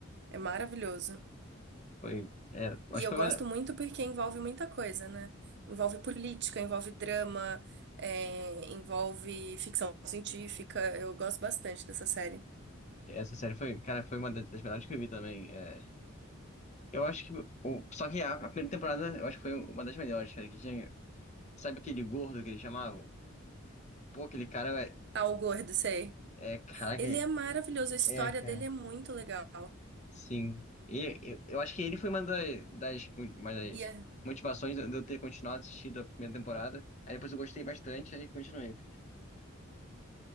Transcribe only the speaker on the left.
Foi. é, acho
que foi
uma.
Essa série foi, cara, foi uma das das melhores que eu vi também. É. Eu acho que. o- Só que a, a primeira temporada, eu acho que foi uma das melhores, cara, que tinha. Sabe aquele gordo que eles chamavam? Pô, aquele cara é.
é caraca,
é,
é, cara.
Sim. E, eu, eu acho que ele foi uma das, das- uma das
motivações de eu de eu ter continuado assistindo a primeira temporada. Aí depois eu gostei bastante, aí continuei.